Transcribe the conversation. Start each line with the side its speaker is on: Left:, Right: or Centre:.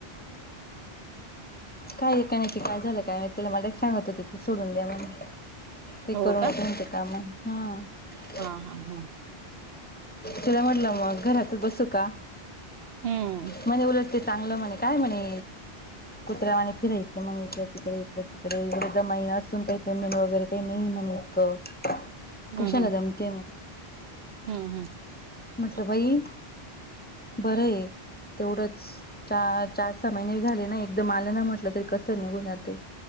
Left: काय, काय माहिती, काय झालय काय माहिती तिला. मला एक सांगत होते. ते सोडून द्या म्हने. ते
Right: हो
Left: करू नको मणते कामं. ह.
Right: हां, हां, हां.
Left: तिला म्हटलं मग, घरातच बसू का?
Right: हम्म
Left: म्हणे उलट ते चांगलं म्हणे. काय म्हणे तर मने फिरायलं मग इकडे तिकडे, इकडं तिकडे. इडे द महिन असून, काही पेमेंट वगैरे काही नाही म्हण इतकं.
Right: हम्म,
Left: कशाला
Right: हम्म.
Left: जमते म्हण
Right: हम्म, हम्म.
Left: म्हटलं बाई बरंय तेवढंच. चा चार सहा महिने बी झाले नाही मला ना म्हटलं तरी, कसं निघून जातय.